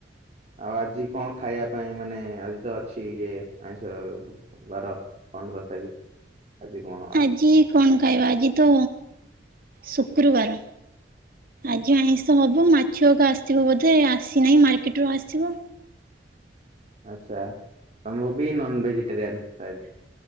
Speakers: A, on the right; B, on the right.
A: ଆଉ ଆଜି କଣ ଖାଇଆ ପାଇଁ ମାନେ ଆଜି ତ ଅଛି ଇ ଆଇଁଷ ବାର କଣ ତଥାପି ଆଜି କଣ? ହଁ
B: ଆଜି କଣ ଖାଇବା ଆଜି ତ ଶୁକ୍ରବାର ଆଜି ଆଇଁଷ ହବ ମାଛଅକା ଆସିବବୋଧେ ଆସିନାହିଁ ମାର୍କେଟରୁୁ ଆସିବ।
A: ଆଚ୍ଛା ମୁଁ ବି ନନଭେଜିଟେରିଆନ। <unintelligible>